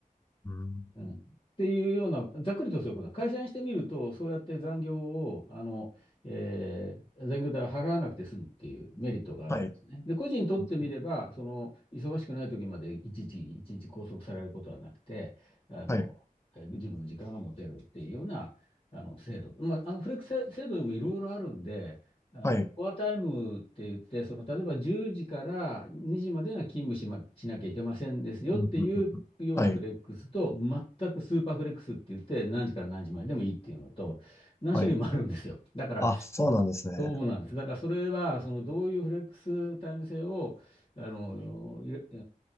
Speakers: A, on the left; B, on the left.
A: うん、
B: うん。っていうような、ざっくりとそういうことだ。会社にしてみると、そうやって残業を、あの、えー残業代を払わなくて済むっていうメリットがあるんですね。
A: はい、
B: で、個人にとってみれば、
A: うん
B: その、忙しくない時までいちいち、一日拘束されることはなくて、あの、
A: はい、
B: えー自分の時間が持てるっていうような、あの、制度。まあ、あの、フレックス制度にもいろいろあるんで、あの、
A: はい、
B: コアタイムって言って、その、例えば10時から2時までが勤務しま、しなきゃいけませんですよっていうようなフレックスと、
A: うん、うんうんうんはい、
B: 全くスーパーフレックスって言って、何時から何時まででもいいっていうのと、何種類もあるんですよ。
A: はい。
B: だから、
A: あ、そうなんですね。
B: そうなんです。だからそれは、そのどういうフレックスタイム制を、あの、いれあ